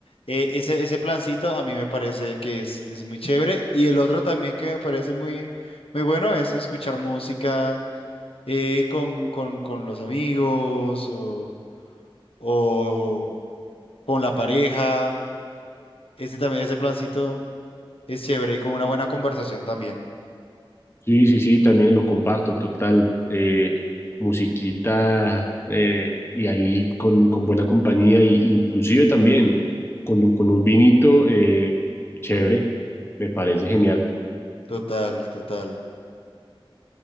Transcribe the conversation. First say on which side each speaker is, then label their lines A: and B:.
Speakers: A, on the left; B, on the left.
A: Eh, ese, ese plancito a mí me parece que es, es muy chévere. Y el otro también que me parece muy, muy bueno es escuchar música eh, con, con, con los amigos o, o con la pareja. Ese también, ese plancito es chévere y con una buena conversación también.
B: Sí, sí, sí, también lo comparto, total. Eh, musiquita eh, y ahí con, con buena compañía, y, inclusive también con, un- con un vinito eh, chévere, me parece genial.
A: Total, total.